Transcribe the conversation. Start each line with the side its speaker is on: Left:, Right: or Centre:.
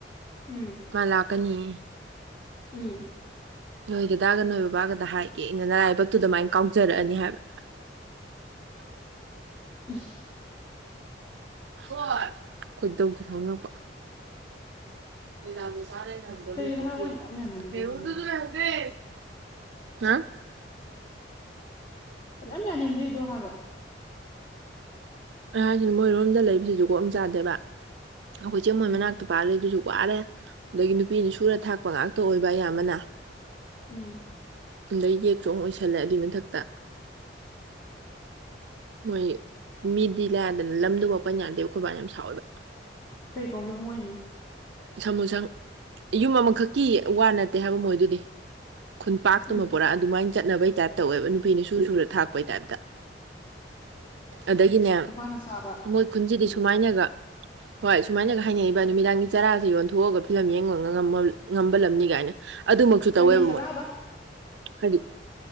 Left: ꯎꯝ
Right: ꯃꯥ ꯂꯥꯛꯀꯅꯤꯌꯦ
Left: ꯎꯝ
Right: ꯅꯣꯏꯗꯗꯥꯒ ꯅꯣꯏ ꯕꯕꯥꯒꯗ ꯍꯥꯏꯒꯦ ꯑꯩꯅ ꯅꯔꯥꯏ ꯕꯛꯇꯨ ꯃꯥꯏꯟ ꯀꯥꯎꯖꯔꯛꯑꯅꯤ ꯍꯥꯏꯕ <unintelligible>
Left: ꯎ <unintelligible>
Right: ꯍꯣ ꯈꯣꯏꯗꯧꯁꯦ ꯁꯥꯎꯅꯤꯡꯉꯛꯄ ꯂꯩ ꯂꯕ ꯁꯔꯦꯅꯗꯧ
Left: ꯀꯩꯒꯤꯅꯣ
Right: ꯇꯇꯤ
Left: ꯍꯥꯏ ꯃꯣꯏꯅ ꯌꯥꯝ ꯌꯥꯅꯤꯡꯗ꯭ꯔꯤꯗꯨꯕꯨ
Right: ꯐꯕꯨ ꯑꯗꯨ ꯑꯗꯨ ꯂꯗꯦ ꯍꯥ
Left: ꯌꯥꯝ ꯌꯥꯅꯤꯡꯗꯦꯗꯣ ꯍꯥꯏꯕ
Right: ꯑꯩ ꯍꯥꯏꯁꯤꯅ ꯃꯣꯏꯔꯣꯝꯗ ꯂꯩꯕꯁꯤꯁꯨ ꯀꯣꯝ ꯆꯥꯗꯦꯕ ꯑꯩꯈꯣꯏ ꯆꯦ ꯃꯣꯏ
Left: ꯎꯝ
Right: ꯃꯅꯥꯛꯇ ꯄꯥꯜꯂꯤꯗꯨꯁꯨ ꯋꯥꯔꯦ ꯑꯗꯒꯤ ꯅꯨꯄꯤꯅ ꯁꯨꯔ ꯊꯥꯛꯄ ꯉꯥꯛꯇ ꯑꯣꯏꯕ ꯑꯌꯥꯝꯕꯅ
Left: ꯎꯝ
Right: ꯑꯗꯩꯩ ꯌꯦꯛ ꯁꯨ ꯑꯃꯨꯛ ꯑꯣꯏꯁꯜꯂꯦ ꯑꯗꯨꯏ ꯃꯊꯛꯇ ꯃꯣꯏ ꯃꯤꯗꯤ ꯂꯗꯅ ꯂꯝꯗꯨꯕꯄꯟ ꯌꯥꯗꯦꯕ ꯈꯨꯣꯏꯕꯥꯅ ꯌꯥꯝ ꯁꯥꯎꯋꯦꯕ
Left: ꯀꯩ ꯀꯧꯒꯦ ꯃꯣꯏꯅꯣ
Right: ꯁꯥꯃꯨꯁꯪ ꯌꯨꯝ ꯑꯃꯈꯛꯀꯤ ꯋꯥ ꯅꯠꯇꯦ ꯍꯥꯏꯕ ꯃꯣꯏ ꯑꯗꯨꯗꯤ ꯈꯨꯟꯄꯥꯛꯇꯨꯕ
Left: ꯎꯝ
Right: ꯄꯨꯔꯥ ꯑꯗꯨꯃꯥꯏꯅ ꯆꯠꯅꯕꯩ ꯇꯥꯏꯞꯇꯧꯋꯦꯕ ꯅꯨꯄꯤꯅ ꯁꯨꯔ ꯁꯨꯔ ꯊꯥꯛꯄꯩ ꯇꯥꯏꯞꯇ ꯑꯗꯒꯤꯅꯦ
Left: ꯃꯄꯥꯅ ꯆꯥꯕ
Right: ꯃꯣꯏ ꯈꯨꯟꯁꯤꯗꯤ
Left: ꯎꯝ
Right: ꯁꯨꯃꯥꯏꯅꯒ ꯍꯣꯏ ꯁꯨꯃꯥꯏꯅꯒ ꯍꯥꯏꯅꯩꯕ ꯅꯨꯃꯤꯗꯥꯡꯒꯤ ꯆꯥꯔꯥꯁꯦ ꯌꯣꯟꯊꯣꯛꯑꯒ ꯐꯤꯂꯝ ꯌꯦꯡꯕ ꯉꯝꯕ ꯂꯝꯅꯤ ꯀꯥꯏꯅ ꯑꯗꯨꯃꯛꯁꯨ ꯇꯧꯋꯦꯕ
Left: ꯀꯔꯤ ꯆꯔꯥꯕ
Right: ꯃꯣꯏ ꯍꯥꯏꯗꯤ